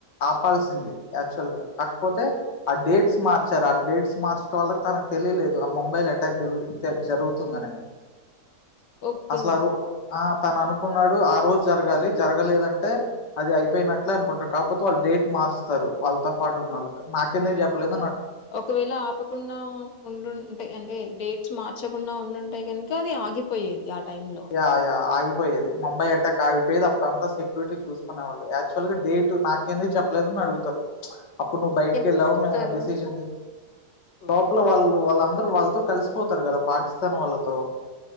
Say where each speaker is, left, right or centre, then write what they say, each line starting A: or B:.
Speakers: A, on the left; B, on the left.
A: ఆపాల్సింది యాక్చువల్ గా కాకపోతే ఆ డేట్స్ మార్చారు ఆ డేట్స్ మార్చడం వల్ల తనకు తెలియలేదు ఆ మొంబైల్ అటాక్ జరుగుతుం జరుగుతుందని
B: ఓకే
A: అసలు ఆ రో ఆ తను అనుకున్నాడు ఆ రోజు జరగాలి జరగలేదంటే అది అయిపోయినట్లే అనుకుంటారు కాకపోతే వాళ్ళు డేట్ మారుస్తారు వాళ్ళతో పాటున్నారు నాకేందుకు చెప్పలేదు
B: ఒకవేళ ఆపకుండా ఉండుంటే అం ఏ డేట్స్ మార్చకుండా ఉండుంటే కనుక అది ఆగిపోయేది ఆ టైంలో.
A: యా యా ఆగి పోయేది ముంబై అటాక్ ఆగిపోయది అప్పుడు అంతా సెక్యూరిటీ చూసుకునేవాళ్ళు యాక్చువల్ గా డేట్ నాకెందుకు చెప్పలేదు అని అడుగుతారు అప్పుడు నువ్వు బయటికేళ్ళావు
B: ఎప్పుడు అడుగుతారు?
A: మే డెసిషన్ లోపల వాళ్ళు వాళ్ళందరూ వాళ్ళతో కలిసిపోతారు కదా పాకిస్తాన్ వాళ్ళతో